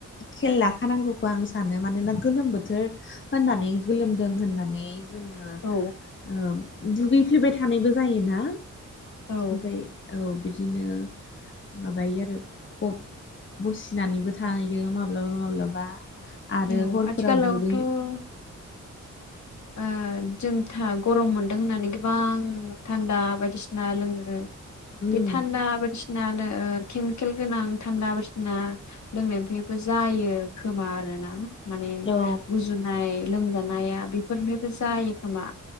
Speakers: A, on the left; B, on the left.
A: खेल लाखानांगौखौ आं सानो मानोना गोलोम बोथोर होननानै गोलोमदों होननानै जोङो ओ
B: औ
A: दुगैफ्लेबाय थानायबो जायोना
B: औ
A: ओमफ्राय औ बिदिनो माबायो आरो ख बसिनानैबो थाहैयो माब्लाबा माब्लाबा आरो
B: औ
A: हरफोराव
B: आथिखालावथ'
A: दुगै
B: ओ जों थ' गरम मोनदों होननानै गोबां थान्दा बायदिसिना लोङो
A: उम
B: बे थान्दा बायदिसिनानो केमिकेल गोनां थान्दा बायदिसिना लोंनायनिफ्रायबो जायो खोमा आरोना माने
A: औ
B: गुजुनाय लोमजानाया बेफोरनिफ्रायबो जायो खोमा